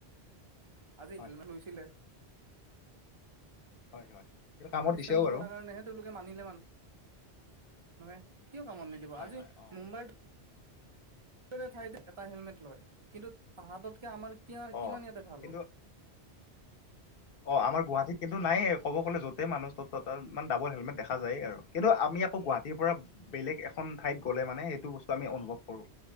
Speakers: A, on the right; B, on the left.
A: আজি
B: হয়
A: হেলমেট লৈছিলে।
B: হয় হয়। এইটো কামত
A: চিষ্টেমটো
B: দিছেও বাৰু
A: কৰাৰ কাৰণেহে তেওঁলোকে মানিলে মানুহ মানে। কিয় কামত নিদিব
B: হয়
A: আজি
B: হয় অ
A: মুম্বাইৰ। ৰে ঠাইত এটা হেলমেট লয় কিন্তু তাহততকে আমাৰ কিমান
B: অ
A: ইয়াতে ভাল
B: কিন্তু
A: হ'ল।
B: অ আমাৰ গুৱাহাটীত। কিন্তু নাইয়ে ক'ব গ'লে য'তেই মানুহ তত ত ইমান ডাবল হেলমেট দেখা যায় আৰু কিন্তু আমি আকৌ গুৱাহাটীৰ পৰা। বেলেগ এখন ঠাইত গ'লে মানে সেইটো বস্তু আমি অনুভৱ কৰো